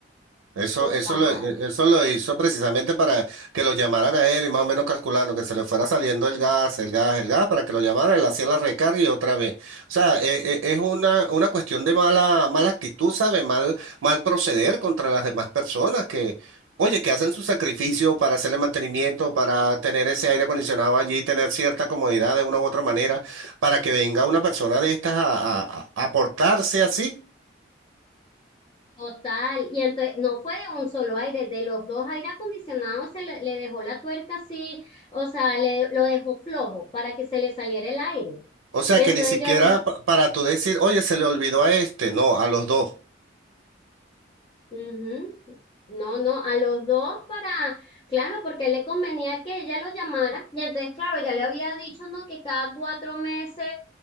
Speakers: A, on the right; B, on the left.
A: Eso,
B: Total.
A: eso lo, e- eso lo hizo precisamente para que lo llamaran a él y más o menos calculando que se le fuera saliendo el gas, el gas, el gas, para que lo llamaran, él hacía la recarga y otra vez. O sea, e- e- es una, una cuestión de mala, mala actitud, ¿sabe? Mal, mal proceder contra las demás personas que, oye, que hacen su sacrificio para hacerle mantenimiento, para tener ese aire acondicionado allí, tener cierta comodidad de una u otra manera, para que venga una persona de estas a, a, a a portarse así.
B: Total, y entonces no fue de un solo aire, de los dos aire acondicionados se le, le dejó la tuerca así, o sea, le, lo dejó flojo para que se le saliera el aire.
A: O sea
B: Y
A: que
B: entonces
A: ni siquiera
B: yo dije,
A: pa- para tú decir, oye, se le olvidó a este, no, a los dos,
B: "Ujú, no, no, a los dos para, claro, porque a él le convenía que ella lo llamara. Y entonces, claro, ya le había dicho, ¿no? Que cada cuatro meses,